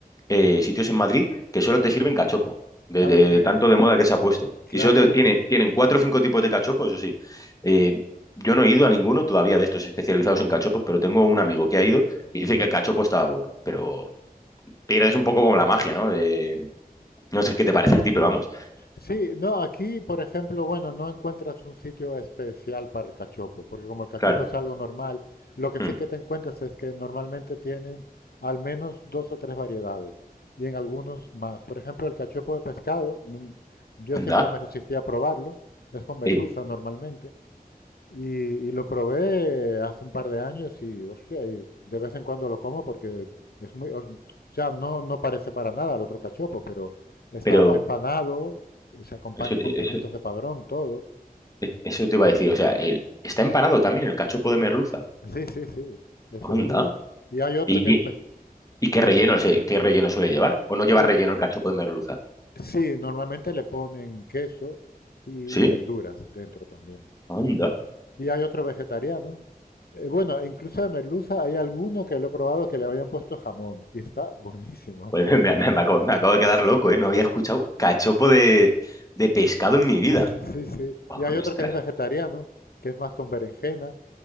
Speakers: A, on the left; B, on the left.
A: eh, sitios en Madrid que solo te sirven cachopo, de,
B: Madre
A: de
B: mía.
A: tanto de moda que se ha puesto.
B: Claro,
A: Y solo te-
B: y,
A: tienen, tienen cuatro o cinco tipos de cachopo, eso sí. Eh, yo no he ido a ninguno todavía de estos especializados en cachopos, pero tengo un amigo que ha ido y dice que el cachopo estaba bueno, pero pierdes un poco como la magia, ¿no? De, no sé qué te parece a ti, pero vamos,
B: Sí, no, aquí, por ejemplo, bueno, no encuentras un sitio especial para el cachopo, porque como el cachopo
A: claro.
B: es algo normal, lo que sí
A: Mm.
B: que te encuentras es que normalmente tienen al menos dos o tres variedades y en algunos más. Por ejemplo, el cachopo de pescado, mm, yo
A: Anda,
B: siempre me resistía a probarlo, es con merluza
A: eh,
B: normalmente, y, y lo probé hace un par de años y, hostia, y de vez en cuando lo como porque es muy, os- o sea, no, no parece para nada al otro cachopo, pero está,
A: pero
B: va empanado, se acompaña
A: eso, te-
B: con pimientos
A: eso,
B: de padrón, todo.
A: eh, eso te iba a decir, o sea, el- está empanado también el cachopo de merluza.
B: Sí, sí, sí. Ese-
A: Anda.
B: y, y hay otro
A: ¿Y,
B: que
A: ti-
B: es, ve-
A: y qué relleno, o qué relleno suele llevar? ¿O no lleva
B: eh,
A: relleno el cachopo de merluza?
B: sí, normalmente le ponen queso y, y
A: ¿Sí?
B: verduras dentro también.
A: Anda.
B: Y hay otro vegetariano. Eh, bueno, incluso de merluza hay alguno que lo he probado que le habían puesto jamón y está buenísimo. Es
A: Joder,
B: que
A: <laughs> me,
B: es,
A: me- me acabo, me acabo de quedar loco, ¿eh? No había escuchado cachopo de, de pescado en
B: Sí,
A: mi vida.
B: sí, sí.
A: <laughs> Ostras,
B: Y hay otro que es vegetariano, que es más con berenjena.